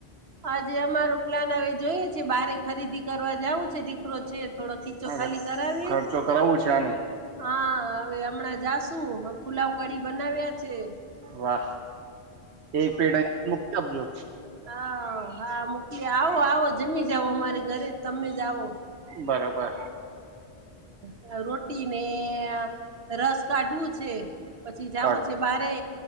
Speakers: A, on the right; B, on the right.
A: આજે અમારો પ્લાન હવે જોઈએ છે બારે ખરીદી કરવા જવું છે દીકરો છે. થોડો ખીચો
B: હા
A: ખાલી કરાવીએ
B: ખર્ચો કરાવવું છે આને
A: હા હવે હમણાં જાશુ પુલાવ કડી બનાવ્યા છે.
B: વાહ એક પેટ અયા મૂકી આપજો
A: હ હા મોકલી આવો આવો જમી જાઓ અમારે ઘરે તમે જ આવો
B: બરોબર
A: અને રોટ ટીને અ રસ કાઢું છે પછી જાવું
B: કાઢો
A: છે બારે